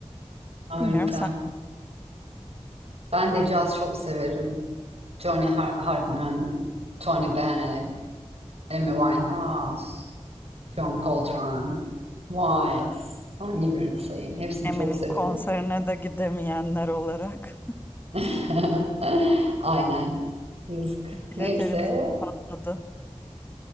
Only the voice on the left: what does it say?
Bilmiyorum sen.
Emin'in
konserine de gidemeyenler olarak
<laughs> bilet
elimizde patladı.